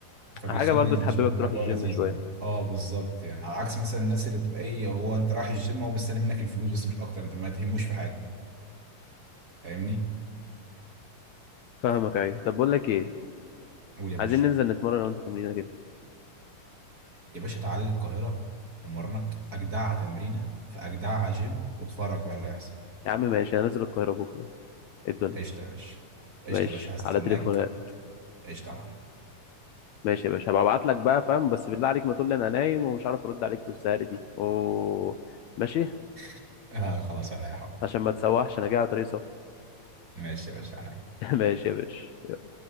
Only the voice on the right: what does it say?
فبيخلي
الجيم
اجواء
لذيذه
يعني اه بالظبط يعني على عكس مثلا الناس اللي تبقى ايه هو انت رايح الجيم هو مستني منك الفلوس بس مش اكتر انت ما تهموش في حاجه فاهمني
إيه،
قول يا
باشا
يا باشا تعالى لي القاهره ومرنك اجدعها تمرينه في اجدعها جيم واتفرج بقى اللي هيحصل
قشطه يا باشا قشطه
يا باشا هستناك
قشطه يا معلم
<laughs> آه خلاص انا يا حاضر
ماشي يا باشا انا